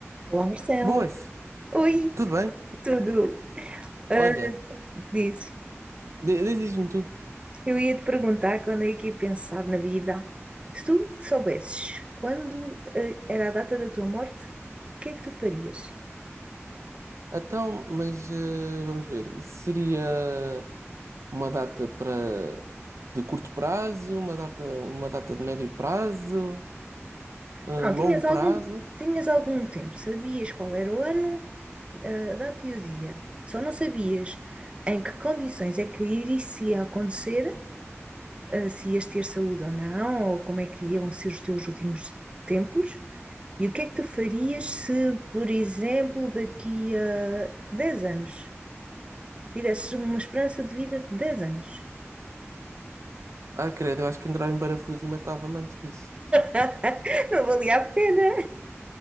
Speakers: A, on the right; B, on the right.
A: Olá, Marcelo.
B: Boas,
A: Oi,
B: tudo bem?
A: tudo? Ah,
B: Olha,
A: dizes,
B: di- di- diz-me tu.
A: eu ia te perguntar quando é que ia pensar na vida. Se tu soubesses quando ah, era a data da tua morte, o que é que tu farias?
B: Então, mas eh, vamos ver. Isso seria uma data para de curto prazo, uma data, uma data de médio prazo, eh,
A: Não,
B: longo
A: tinhas
B: prazo.
A: algum, tinhas algum tempo, sabias qual era o ano, ah, a data e o dia. Só não sabias em que condições é que iria acontecer, ah, se ias ter saúde ou não, ou como é que iam ser os teus últimos tempos. E o que é que tu farias se, por exemplo, daqui a 10 anos tivesses uma esperança de vida de 10 anos?
B: Ah, credo, eu acho que entrava em parafuso e matava-me antes disso.
A: <laughs> Não valia a pena.